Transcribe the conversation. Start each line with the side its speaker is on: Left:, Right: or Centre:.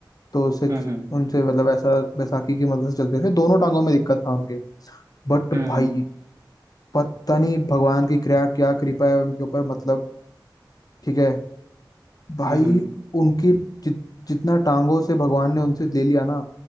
Left: तो उससे
Right: हम्म
Left: उनसे मतलब ऐसा बैसाखी की मदद से चलते थे दोनों टांगों में दिक्कत था उनके बट
Right: हम्म
Left: भाई पता नहीं भगवान की कृपा क्या कृपा है उनके ऊपर मतलब ठीक है भाई
Right: हम्म हम्म
Left: उनकी जित, जितना टांगों से भगवान ने उनसे ले लिया ना